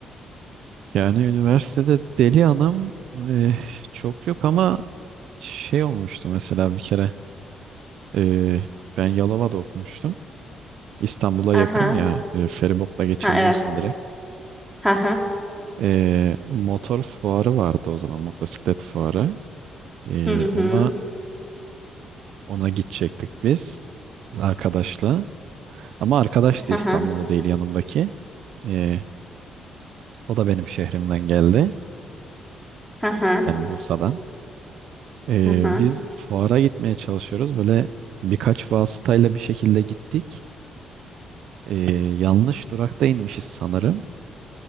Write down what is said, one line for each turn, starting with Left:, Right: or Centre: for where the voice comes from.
Right: Yani üniversitede deli anım eh, çok yok ama şey olmuştu mesela bir kere eh, ben Yalova'da okumuştum. İstanbul'a
Centre: Aha.
Right: yakın ya e, feribotla geçebiliyorsun
Centre: Ha evet.
Right: direkt.
Centre: Aha.
Right: E, motor fuarı vardı o zaman motosiklet fuarı. E,
Centre: Hı
Right: ona
Centre: hı.
Right: ona gidecektik biz arkadaşla. Ama arkadaş da
Centre: Aha.
Right: İstanbul'da değil yanımdaki. E, o da benim şehrimden geldi.
Centre: Aha.
Right: Yani Bursa'dan. E,
Centre: Aha.
Right: biz fuara gitmeye çalışıyoruz. Böyle birkaç vasıtayla bir şekilde gittik. E, yanlış durakta inmişiz sanırım.